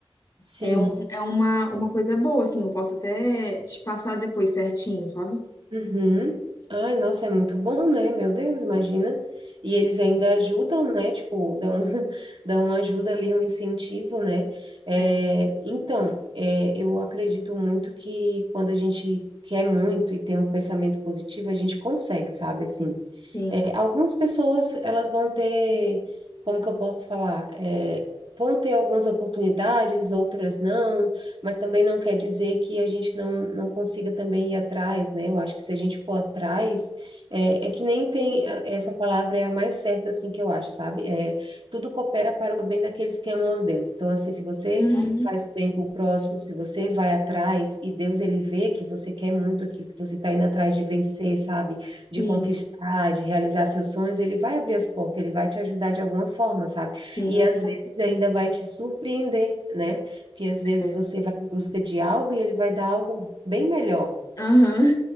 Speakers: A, on the right; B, on the left.
A: Sim.
B: É, um, é uma, uma coisa boa, assim, eu posso até te passar depois certinho, sabe?
A: Uhum. Ai, nossa, é muito bom, né? Meu Deus, imagina. E eles ainda ajudam, né? Tipo, dão, <laughs> dão uma ajuda ali, um incentivo, né? É,
B: É,
A: então, é, eu acredito muito que quando a gente quer muito e tem um pensamento positivo, a gente consegue, sabe? Assim,
B: sim.
A: é, algumas pessoas, elas vão ter, como que eu posso falar? É, vão ter algumas oportunidades, outras não mas também não quer dizer que a gente não, não consiga também ir atrás, né? Eu acho que se a gente for atrás, é, é que nem tem, é, essa palavra é a mais certa, assim, que eu acho, sabe? É, tudo coopera para o bem daqueles que amam a Deus. Então, assim, se você
B: Uhum,
A: faz o bem para o próximo, se você vai atrás e Deus, ele vê que você quer muito aquilo que você está indo atrás de vencer, sabe? De
B: sim,
A: conquistar, de realizar seus sonhos, ele vai abrir as portas, ele vai te ajudar de alguma forma, sabe?
B: sim.
A: E às vezes ainda vai te surpreender, né? Porque às vezes
B: é.
A: você vai em busca de algo e ele vai dar algo bem melhor.
B: Aham.